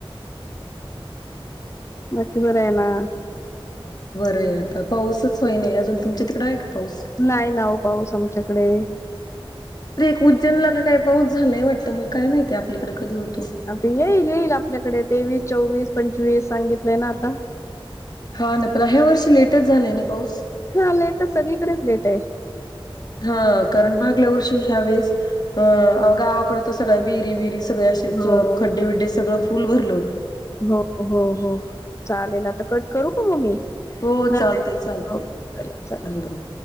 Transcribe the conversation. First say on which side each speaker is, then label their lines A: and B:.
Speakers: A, on the left; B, on the left.
A: बाकी बराय ना.
B: र आता पाऊसच नाही अजून. तुमच्या तिकडे हाय का? पाऊस?
A: नाही नाव पाऊस आमच्याकडे.
B: उज्जनला का काय पाऊस झालाय वाटतं. मग काय माहिती आपलीकडे कधी होत
A: आता येईल येईल आपल्याकडे. तेवीस, चोवीस, पंचवीस सांगितलंय ना आता.
B: हा ना पण ह्या वर्षी लेटच झालाय ना पाऊस.
A: हा लेट सगळीकडेच लेट आहे.
B: हा कारण मागल्या वर्षी ह्या वेळेस अ गावाकड सगळ्या विहिरी विहिरी सगळं अशे
A: हो
B: खड्डे बिड्डे सगळं फुल भरत.
A: हो हो हो चालेल. आता कट करू का मग मी.
B: हो
A: नाही
B: चालतंय. चालतंय.
A: हो चला चला.
B: हो हो.